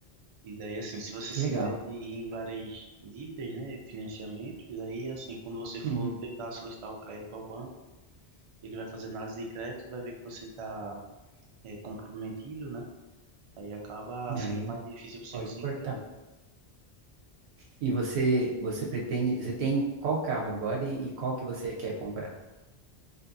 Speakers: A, on the right (about 55°); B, on the right (about 80°).
A: E daí, assim, se você
B: Que
A: se
B: legal.
A: mete em várias dívidas, né, financiamentos, aí, assim, quando você for
B: Uhum.
A: tentar solicitar o crédito ao banco, ele vai fazer análise de crédito, e vai ver que você está, comprometido, né? Aí acaba sendo
B: Aí
A: mais difícil você
B: pode
A: conseguir
B: cortar.
A: crédito.
B: E você, você pretende, você tem qual carro agora e, e qual que você quer comprar?